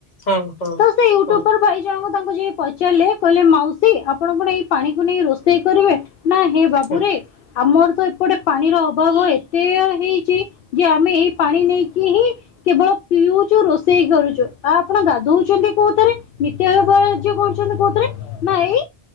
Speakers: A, on the left; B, on the left.
A: ହଁ ହଁ
B: ତ ୟୁଟୁବର
A: ହଁ
B: ଭାଇ ଜଣଙ୍କୁ ତାଙ୍କୁ ଯାଇ ପଚାରିଲେ କହିଲେ ମାଉସୀ ଆପଣ କଣ ଏଇ ପାଣିକୁ ନେଇ ରୋଷ୍ ଷେଇ କରିବେ ନା ହେ ବାବୁ
A: ହଁ
B: ରେ ଆମର ତ ଏପଟେ ପାଣିର ଅଭାବ ହୁଏ ସେୟା ହେଇଚି ଯେ ଆମେ ଏଇ ପାଣି ନେଇକି ହିଁ କେବଳ ପିଉଚୁ ରୋଷେଇ କରୁ। ଚୁ ତ ଆପଣ ଗାଧଉଚନ୍ତି କୋଉଥିରେ ନିତ୍ୟବ୍ୟବହାର୍ଯ୍ୟ କରୁଚନ୍ତି କୋଉଥିରେ? ନାଇଁ